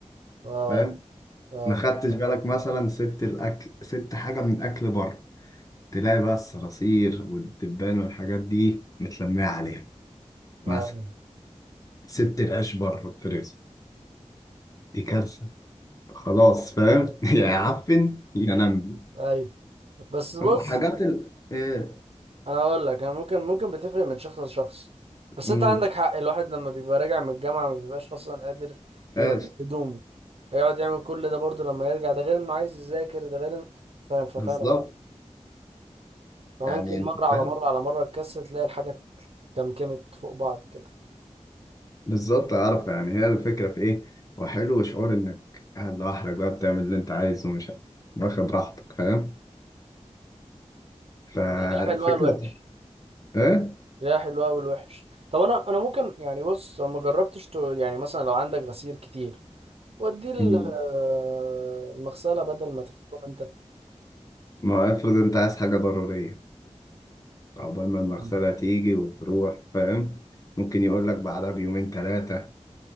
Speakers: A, on the right; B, on the left.
A: اه
B: فاهم
A: اه
B: ما خدتش بالك مثلا سبت الاكل سبت حاجة من اكل بره تلاقي بقى الصراصير والدبان والحاجات دي متلمية عليها
A: اه
B: مثلا سبت العيش بره في رزق دي كارثة خلاص فاهم <laughs> يا يعفن يا نمي
A: ايوه بس بص
B: حاجات ال ايه
A: انا اقول لك انا ممكن ممكن بتفرق من شخص لشخص بس
B: امم
A: انت عندك حق الواحد لما بيبقى راجع من الجامعه ما بيبقاش اصلا قادر يغير
B: ايش
A: هدومه هيقعد يعمل كل ده برضه لما يرجع ده غير انه عايز يذاكر ده غير إن- فاهم فاهم
B: بالظبط
A: فاهم فممكن
B: يعني انت
A: مره على
B: فاهم
A: مره على مره تكسر تلاقي الحاجه كمكمت فوق بعض كده
B: بالظبط عارف يعني هي الفكرة في ايه وحلو شعور انك قاعد لوحدك بقى بتعمل اللي انت عايزه ومش عارف واخد راحتك فاهم فالفكرة
A: تلاقيها حلوه والوحش
B: ايه
A: تلاقيها حلوه والوحش طب انا انا ممكن يعني بص أنا ما جربتش ت- يعني مثلا لو عندك غسيل كتير وديه ال-
B: مم.
A: آه، المغسله بدل ما تغسله انت
B: ما افرض انت عايز حاجة ضرورية عقبال ما المغسلة
A: مم.
B: تيجي وتروح فاهم ممكن يقول لك بعدها بيومين ثلاثة